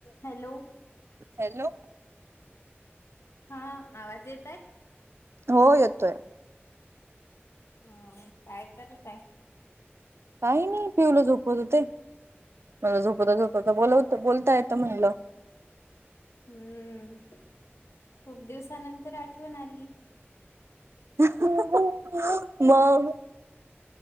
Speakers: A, on the left; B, on the right.
A: Hello
B: hello
A: हा आवाज येत आहे
B: हो येतोय.
A: ह काय करू करत
B: काही नाही पियुला झोपवत होते. मला झोपवता झोपवता बोलवता बोलता येतं म्हणलं.
A: हम्म, खूप दिवसानंतर आठवण आली.
B: <unintelligible> मग